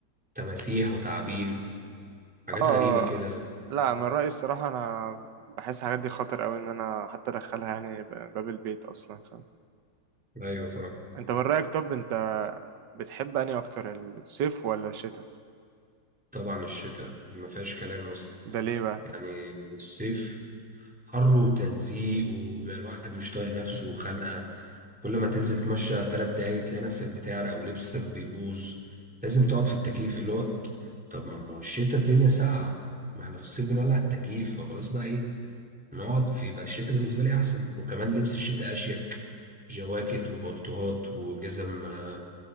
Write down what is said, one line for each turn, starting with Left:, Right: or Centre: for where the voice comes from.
Centre: تماسيح وتعابين حاجات
Right: اه
Centre: غريبة كده
Right: آه، لا من رايي الصراحه انا بحس الحاجات دي خطر قوي ان انا حتى ادخلها يعني ب- باب البيت اصلا فاهم
Centre: ايوه فعلا
Right: انت من رايك طب انت بتحب انهي اكتر الصيف ولا الشتاء
Centre: طبعا الشتاء دي ما فيهاش كلام اصلا
Right: ده ليه بقى
Centre: يعني الصيف حر وتلزيق وبيبقى الواحد مش طايق نفسه وخانقة كل ما تنزل تمشى تلات دقايق تلاقي نفسك بتعرق ولبسك بيبوظ لازم تقعد في التكييف اللي هو طب ما ما هو الشتا الدنيا ساقعة ما احنا في الصيف بنولع التكييف فخلاص بقى ايه نقعد في يبقى الشتا بالنسبة لي أحسن وكمان لبس الشتا أشيك جواكت وبلطوهات وجزم آه،